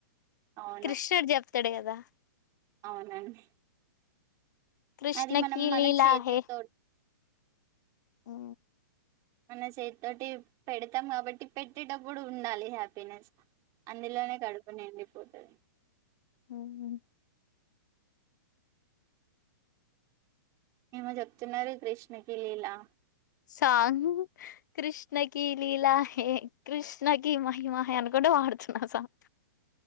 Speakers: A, on the right; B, on the left.
A: అవును
B: కృష్ణుడు చెప్తాడు కదా దా
A: అవునండి
B: కృష్ణకి
A: అది మనం మన
B: లీలా
A: చేతితో
B: హే అ
A: మన చేతితోటి పెడతాం కాబట్టి పెట్టేటప్పుడు ఉండాలి హ్యాపీనెస్. అందులోనే కడుపునిండి పోతది
B: హుహు
A: ఏమో చెప్తున్నారు కృష్ణకి లీలా
B: సాంగ్ కృష్ణకి లీలా హే, కృష్ణకి మహిమహే అనుకుంటే వాడుతున్నా సాంగ్.